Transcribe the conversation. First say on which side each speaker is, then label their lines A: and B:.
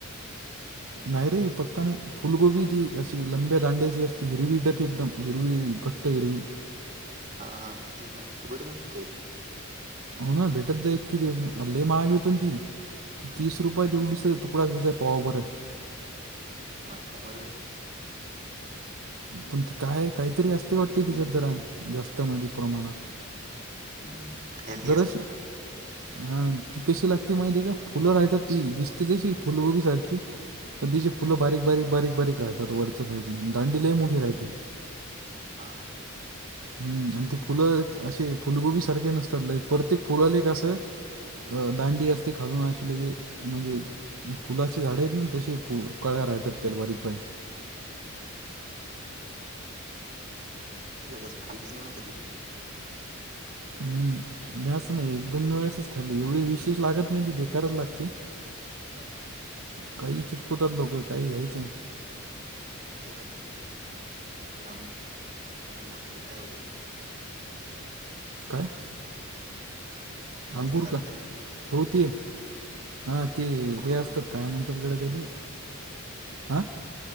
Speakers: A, on the right; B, on the right.
A: ह.
B: नाहीरे पत्ता नाही. फुलगोबी ती अशी लंब्या दांड्याची असती हिरवी डक एकदम हिरवी घट्ट हिरवी.
A: हा हा ठी का ती बघत होती काै,
B: हो ना भेटत जाई इतके दिवस हल्लई महागे पण ती. तीस रुपये देवढस तुकडा देत आहे पाव बरं.
A: मग काय बरवडते.
B: पण ती काय काहीतरी असती वाटते तिच्यात जरा जास्त मधी प्रमाणात.
A: हम्म हेल्दी
B: दुराश.
A: अस जरा
B: हा ती कशी लागते माहितीे का फुलं राहतात ती दिसते तशी फुलगोबी सारखी. पधदीचे फुलं बारीक बारीक बारीक बारीक राहतात. वरच्या साईडले दांडीलही मोठी राहते.
A: हां, हां.
B: हम् आणि ते फुलं असे फुलगोबी सारखे नसतात प्रत्येक फुलाला कसं, दांडी अस ती खा नशली की, म्हणजे फूलाचे झाडे आहेत ना तसे प कळ्या राहतात त्याला बारीक बारीक.
A: लगच खाली सिनेमा कधी ती.
B: हम्म! भ्यास नाही एक दोन वेळेसच खाल्ली एवढी विशेष लागत नाही ती बेकारच लागते.
A: हा, हा.
B: काही चिपकुतात लोकं काही घ्यायचं.
A: काही राहायच ते ते अं अंंगुर का कायद
B: काय. अंगुर
A: रस लागतात
B: का हो ते हा ते
A: करून
B: हे असतात
A: करून
B: काय म्हणतात. सतगडली हां!